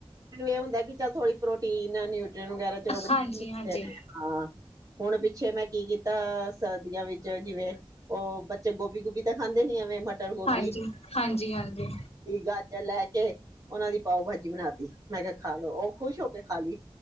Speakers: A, on the right (about 35°); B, on the left (about 85°).
A: ਐ ਹੁੰਦਾ ਕਿ ਚੱਲ ਥੋੜ੍ਹੀ ਪ੍ਰੋਟੀਨ, ਨਿਊਟਰੀਨ ਵਗੈਰਾ ਚਲੋ ਬੱਚੇ
B: ਹਾਂਜੀ
A: ਨੂੰ
B: ਹਾਂਜੀ
A: ਦੇਨਾ ਐ ਹਾਂ। ਹੁਣ ਪਿੱਛੇ ਮੈਂ ਕੀ ਕੀਤਾ ਸਰਦੀਆਂ ਵਿੱਚ ਜਿਵੇਂ ਓ ਬੱਚੇ ਗੋਭੀ, ਗੁਭੀ ਤਾ ਖਾਂਦੇ ਨੀ ਐਵੇਂ ਮਟਰ, ਗੋਭੀ
B: ਹਾਂਜੀ ਹਾਂਜੀ ਹਾਂਜੀ
A: ਗਾਜ ਰ ਲੈ ਕੇ ਓਨਾਂ ਦੀ ਪਾਓ ਭਾਜੀ ਬਣਾ ਤੀ ਮੈ ਕਿਆ ਖਾ ਲੋ ਓ ਖੁਸ਼ ਹੋ ਕੇ ਖਾ ਲੀ।